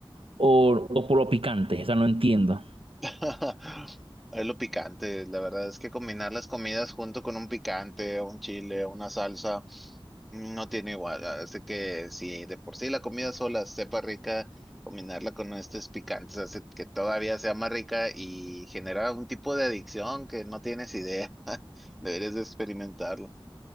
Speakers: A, on the right; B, in the centre.
A: o, o por lo picante. Esa no entiendo.
B: <laughs> Es lo picante, la verdad es que combinar las comidas junto con un picante, un chile, una salsa, mm, no tiene igual. Hace que si de por sí la comida sola sepa rica, combinarla con estos picantes hace que todavía sea más rica y genera un tipo de adicción que no tienes idea. <laughs> Deberías de experimentarlo.